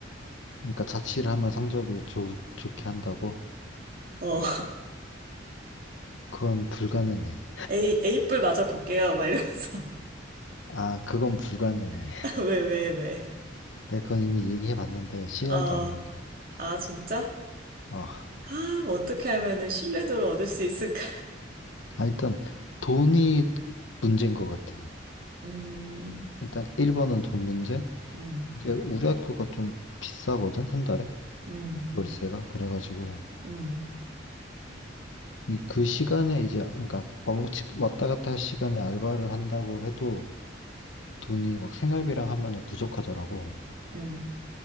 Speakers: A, on the left; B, on the right.
A: 그러니까 자취를 하면 성적을 좋, 좋게 한다고?
B: <laughs> 어.
A: 그건 불가능해.
B: A, A뿔 맞아볼게요. 막 이러면서.
A: 아, 그건 불가능해.
B: <laughs>
A: <laughs>
B: 왜, 왜, 왜.
A: 내가 그건 이미 얘기해 봤는데 CR도
B: 어.
A: 안 먹혀.
B: 아, 진짜?
A: 아,
B: 아, 뭐 어떻게 하면은 신뢰도를 얻을 수 있을까?
A: 아, 일단 돈이 문제인 것 같아.
B: 음,
A: 일단 1번은 돈 문제.
B: 음,
A: 이게 우리 학교가 좀 비싸거든, 한 달에?
B: 음,
A: 월세가. 그래가지고.
B: 음,
A: 이 그 시간에 이제 그러니까 왕복 집 왔다 갔다 할 시간에 알바를 한다고 해도 돈이 막 생활비랑 하면은 부족하더라고.
B: 음.